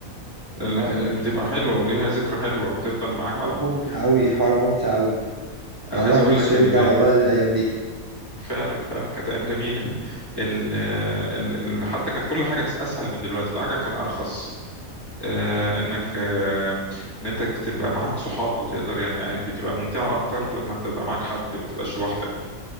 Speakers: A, on the left; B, on the right.
A: ال... ال- بتبقى حلوه وليها ذكرى حلوه بتفضل معاك
B: حوار
A: على طول
B: ممتع أوي حوار ممتع أوي
A: انا
B: يعني
A: عايز
B: الواحد
A: اقول
B: نفسه
A: لك ال...
B: يرجع والله للأيام دي
A: فعلا فعلا كانت ايام جميله ال... ال... ال... حتى كانت كل حاجه اسهل من دلوقتي العجل كان ارخص آه، انك آه، ان انت تبقى معاك صحاب وتقدر يعني عارف بتبقى ممتعة اكتر لما انت تبقى معاك حد ما تبقاش لوحدك